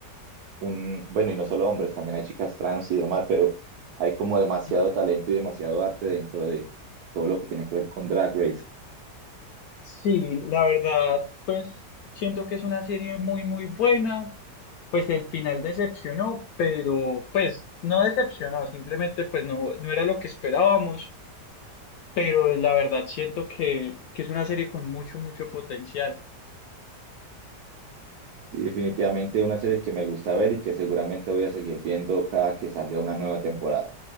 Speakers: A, on the right; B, on the left.
A: un, bueno, y no solo hombres, también hay chicas trans y demás, pero hay como demasiado
B: Ujú.
A: talento y demasiado arte dentro de todo lo que tiene que ver con Drag Race.
B: Sí, la verdad, pues siento que es una serie muy, muy buena. Pues el final decepcionó, pero pues no decepcionó, simplemente pues no, no era lo que esperábamos, pero la verdad siento que, que es una serie con mucho, mucho potencial.
A: Y definitivamente una serie que me gusta ver y que seguramente voy a seguir viendo cada que salga una nueva temporada.